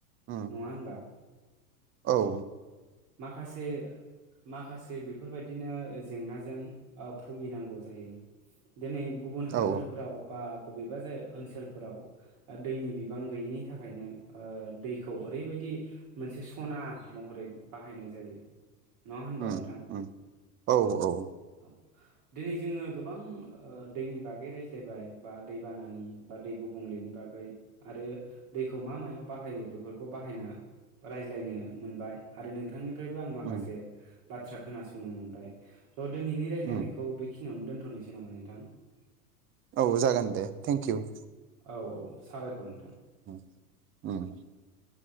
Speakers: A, on the right; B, on the right.
A: औ
B: नङा होनबा
A: औ
B: माखासे माखासे बेफोरबायदिनो जेंनाजों ओ भुगिनांगौ जायो दिनै गुबुन हादोरफ्राव
A: औ
B: बा बबेबा जाय ओनसोलफोराव दैनि बिबां गैयिनि थाखायनो दैखौ ओरैबायदि मोनसे सना महरै बाहायनाय जायो नङा होनबा
A: उम
B: नोंथां
A: उम औ औ
B: औ दिनै जोङो गोबां दैनि बागै रायज्लायबाय बा दैबानानि बा दै गुबुंलेनि बागै आरो दैखौ मा मायाव बाहायो बेफोरखौ बाहायना रायज्लायनो मोनबाय आरो नोंथांनि फ्रायबो आं माखासे
A: उम
B: बाथ्रा खोनासंनो मोनबाय। र' दिनैनि रायज्लायनायखौ
A: उम
B: बेखि बेखिनियावनो दोनथ' नोसै नामा‌ नोंथां? नोंथां
A: औ जागोन दे थेंक इउ
B: औ औ साबायखर नोंथां।
A: अ